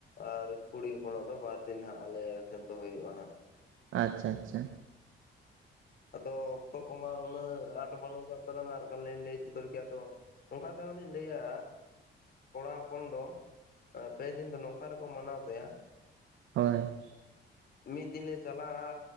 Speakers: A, on the left; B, on the right.
A: ᱟᱨ ᱠᱩᱲᱤ ᱦᱚᱯᱚᱱᱟᱜ ᱫᱚ ᱵᱟᱨ ᱫᱤᱱ ᱦᱟᱸᱜ ᱟᱞᱮ ᱥᱮᱱ ᱫᱚ ᱦᱩᱭᱩᱜᱼᱟ ᱦᱟᱸᱜ ᱾
B: ᱟᱪᱪᱷᱟ ᱟᱪᱪᱷᱟ ᱾
A: ᱟᱫᱚ ᱚᱠᱛᱚ ᱠᱚᱢᱟ ᱩᱱᱟᱹᱜ ᱟᱴ ᱵᱟᱹᱱᱩᱜ ᱠᱟᱜ ᱛᱟᱞᱟᱝᱟ ᱟᱨ ᱠᱷᱟᱱ ᱞᱤᱧ ᱞᱟᱹᱭ ᱥᱚᱫᱚᱨ ᱠᱮᱭᱟ ᱟᱫᱚ ᱚᱝᱠᱟ ᱛᱮᱦᱚᱸ ᱞᱤᱧ ᱞᱟᱹᱭᱟ ᱠᱚᱲᱟ ᱦᱚᱯᱚᱱ ᱫᱚ ᱟ ᱯᱮ ᱫᱤᱱ ᱫᱚ ᱱᱚᱝᱠᱟ ᱨᱮᱠᱚ ᱢᱟᱱᱟᱣ ᱛᱟᱦᱮᱸ-ᱟ
B: ᱦᱳᱭ᱾
A: ᱢᱤᱫ ᱫᱤᱱᱮ ᱪᱟᱞᱟᱜᱼᱟ